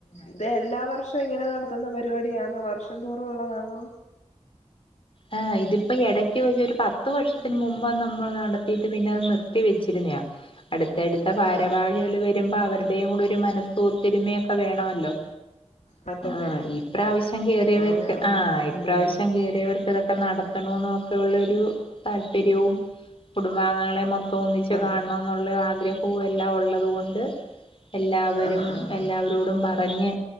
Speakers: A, on the left; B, on the left.
A: ഇതേ എല്ലാ വർഷോ ഇങ്ങനെ നടത്തുന്ന പരിവാടിയാണോ വർഷം തോറുള്ളതാണോ
B: ആ ഇതിപ്പോ ഇടക്കവെച്ച് ഒരുപത്ത് വർഷത്തിന് മുമ്പ് നമ്മൾ നടത്തിട്ട് പിന്നെ അത് നിർ- ത്തിവെച്ചിരുന്നയാ അടുത്തടുത്ത ഫാരവാഹികള്
A: ആഹ് ആഹ്
B: വെ- രുമ്പ അവരുടെയും ഒരു മനസു ഒത്തരുമയൊക്കെ വേണോല്ലോ
A: മാറ്റം
B: ആ
A: വരും
B: ഇപ്രാവശ്യം കേയറിയവർക്ക്
A: ആഹ് വേണം
B: ആ
A: വേണം
B: ഇപ്രാവശ്യം
A: ഉം
B: കേയറിയവർ ഇതൊക്കെ നടത്തണോന്നൊക്കെ ഉള്ളൊരു താല്പര്യവും കുടുംബാംഗങ്ങളെ മൊ- തോന്നിച്
A: ആഹ്
B: കാണണോന്നുള്ള ആഗ്രഹവു എല്ലാ ഉള്ളതു കൊണ്ട് എല്ലാവരും
A: ആഹ് ആഹ്
B: എല്ലാവരോടും പറഞ്ഞ്